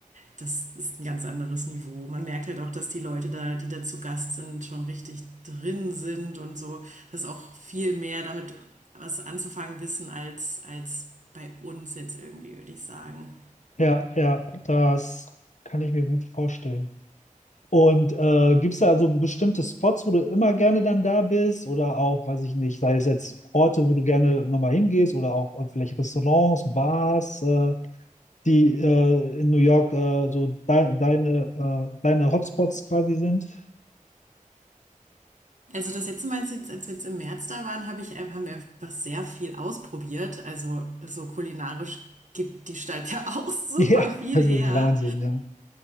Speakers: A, on the right; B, on the left.
A: das ist ein ganz anderes Niveau. Man merkt halt auch, dass die Leute da, die da zu Gast sind, schon richtig drin sind und so, dass auch viel mehr damit was anzufangen wissen als, als bei uns jetzt irgendwie, würde ich sagen.
B: Ja, ja, das kann ich mir gut vorstellen. Und äh, gibt es da also bestimmte Spots, wo du immer gerne dann da bist? Oder auch, weiß ich nicht, sei es jetzt Orte, wo du gerne nochmal hingehst oder auch äh, vielleicht Restaurants, Bars? Äh, die äh, in New York äh, so dein, deine, äh, deine Hotspots quasi sind. <laughs>
A: Also das letzte Mal, als, jetzt, wir jetzt im März da waren, habe ich äh, haben wir einfach sehr viel ausprobiert. Also so kulinarisch gibt die Stadt <laughs> ja auch super
B: Ja,
A: viel
B: das
A: her.
B: ist Wahnsinn, ja.